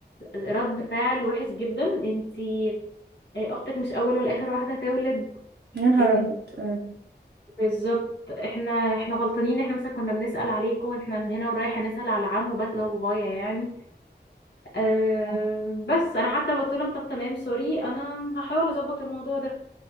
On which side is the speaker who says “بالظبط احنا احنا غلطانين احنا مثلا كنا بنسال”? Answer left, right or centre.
Left